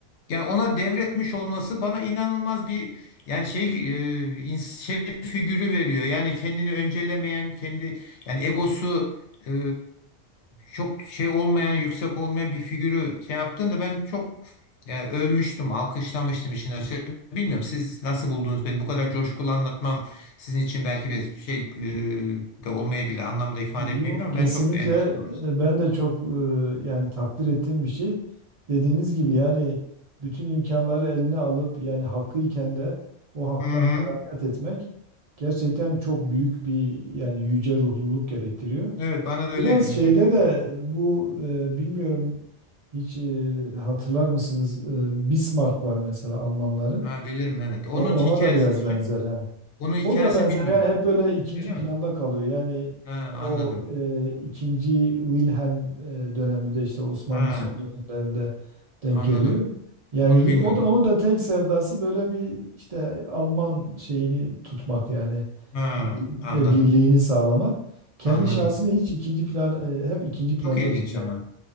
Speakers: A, on the left; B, on the right.
A: Yani ona devretmiş olması bana inanılmaz bir yani şey e, ins- şey figürü veriyor. Yani kendini öncelemeyen, kendi yani egosu e, çok şey olmayan, yüksek olmayan bir figürü şey yaptığında ben çok yani övmüştüm, alkışlamıştım işin açığı. Bilmiyorum siz nasıl buldunuz beni? Bu kadar coşkulu anlatmam sizin için belki bir şey e, de olmayabilir, anlamda ifade
B: Yok
A: etmeyebilir ama
B: kesinlikle
A: ben çok beğenmiştim doğrusu.
B: e, ben de çok e, yani takdir ettiğim bir şey. Dediğiniz gibi yani bütün imkanları eline alıp yani hakkıyken de o haktan
A: Hı hı.
B: feragat etmek gerçekten çok büyük bir yani yüce ruhluluk gerektiriyor.
A: Evet, bana da öyle
B: Biraz şeyde
A: öyle düşün.
B: de bu e, bilmiyorum hiç e, hatırlar mısınız? E, Bismarck var mesela Almanların.
A: Ha, bilirim evet. Onun
B: O,
A: hikayesini
B: ona da biraz
A: hocam.
B: benzer. hani.
A: Onun hikayesini
B: O da benzer
A: bilmiyorum
B: yani
A: ama.
B: hep böyle ikinci
A: Öyle
B: planda
A: mi?
B: kalıyor. Yani
A: Ha, anladım.
B: o e, ikinci Wilhelm e, döneminde işte Osmanlı
A: Ha,
B: son dönemlerinde denk
A: anladım.
B: geliyor. Yani
A: Onu
B: y-
A: bilmiyordum.
B: o da onun da tek sevdası böyle bir işte Alman şeyini tutmak yani
A: Ha,
B: bir-
A: anladım.
B: e, birliğini sağlamak. Kendi
A: Anladım.
B: şahsını hiç ikinci plan e, hep ikinci planda
A: Çok ilginç
B: tutuyor
A: ama.
B: yani.